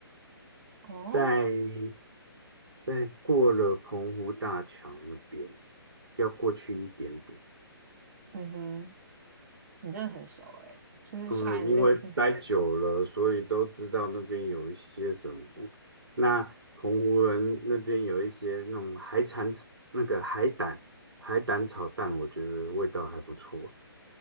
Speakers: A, on the right (about 40°); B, on the right (about 75°).
A: 哦。
B: 在在过了澎湖大桥那边，要过去一点点。
A: 嗯哼，你真的很熟诶，就是虽然那个是，
B: 嗯，因为待久了，所以都知道那边有一些什么。那澎湖人那边有一些那种海产，那个海胆，海胆炒蛋，我觉得味道还不错。